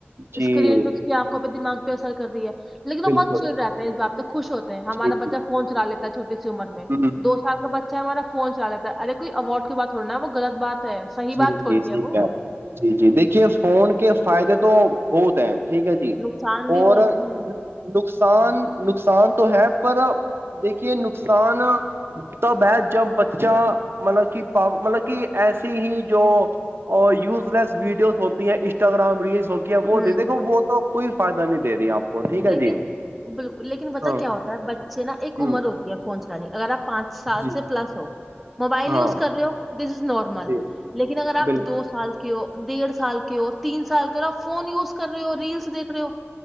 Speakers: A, on the right; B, in the centre.
A: جی
B: اسکرین میں اس کی آنکھوں پہ دمغ پہ اثر کر رہی ہے لیکن وہ
A: بالکل
B: بہت چڑ رہاتتے ہیں اس بات سے خوش ہوتے ہیں ہمارا
A: جی
B: بچہ
A: جی
B: فون چلا لیتا ہے چھٹی سی عمر میں
A: ہ
B: دو سال کا بچہ ہمارا فون چ رہتا ہے ارےئیوارڈ کی بات ہوناا وہ غط بات ہے صحیح
A: جی
B: بات تھوڑی
A: جی صحیح
B: ہے وہ
A: گیا جی جی دیکھیے فون کے فائدے تو بہت ہیں ٹھیک ہے جی
B: نقصان بھی
A: اور
B: بہت ہے
A: نقصان ن نقصان تو ہے پر دیکھیے نقصان تب ہے جب بچہ مطلب کہ پ مطلب کہ ایسا ہی جو یوز لیس ویڈیوز ہوتی ہیں انسٹاگرام ریلس سوکیا وہ
B: ہوں
A: د دیکھ وہ تو کوئی فائدہ نہیں دے رہی آپ کو ٹھیک ہے
B: لیکن
A: جی
B: بالکل لیکن بتہ
A: ہاں
B: کیا ہوتا ہے بچے نا ایک
A: ہ
B: عمر ہوتی ہے فون چلانے اگر آپ پانچ سال
A: جی
B: سے پلس ہو موبائل
A: ہاں
B: یوز کر رہے ہو دس از نارمل
A: جی
B: لیکن اگر آپ
A: بالکل
B: دو سال کی ڈیڑھ سال کے ہو تین سال کے اور آپ فون یوز کر رہے ہو ریلس دیکھے ہو